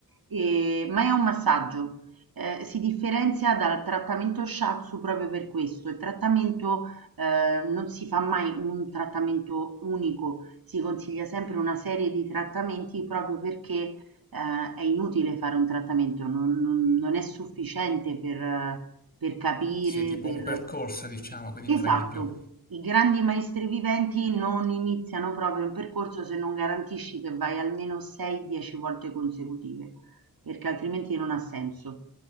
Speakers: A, on the right; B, on the left.
A: e- ma è un massaggio. Eh, si differenzia dal trattamento shatsu proprio per questo. Il trattamento eh, non si fa mai un trattamento unico, si consiglia sempre una serie di trattamenti proprio perché eh, è inutile fare un trattamento, non, non- non è sufficiente per, eh, per capire,
B: sia tipo
A: per...
B: un percorso, diciamo, quindi
A: Esatto.
B: ne fai di più.
A: I grandi maestri viventi non iniziano proprio un percorso se non garantisci che vai almeno 6-10 volte consecutive, perché altrimenti non ha senso.